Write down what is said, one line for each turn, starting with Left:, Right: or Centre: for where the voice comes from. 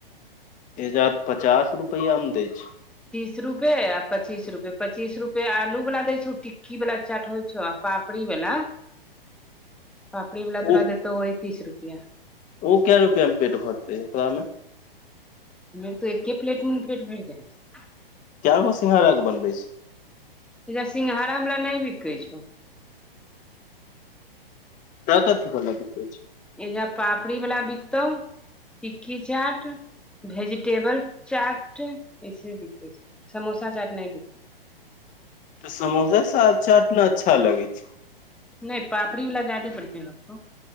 Left: तेजाप पचास रुपया में दैय छैय।
Centre: तीस रुपए आ पच्चीस रुपए पचीस रुपए आलूवला दैय छौ टिक्कीवला चाट होइय छौव‌। पापड़ी बला।
Left: <inaudible>
Centre: पापड़ी वाला
Left: ओ
Centre: तोरा देतौव ओहि तीस रुपया।
Left: ओ के रुपआ मे पेट भरतैय ओकरामें।
Centre: से तऽ एके प्लेट में पेट भैर जाय छैय।
Left: केगो सिंघारा कऽ बनबैय छैइय।
Centre: ईधर सिंघाड़ा बला नहि बिकैय छौव।
Left: तऽ कथि बला बिकय छैय
Centre: ईहा पापड़ी वाला बिकतौव। टिक्की चाट भेजिटेबल चाट। <unintelligible> समोसा चाट नैयबिकैय छैइय।
Left: तऽ समोसा सा चाट अच्छा लगैय छैय।
Centre: नहि पापड़ी वाला ज्यादे बढ़िया लग्तो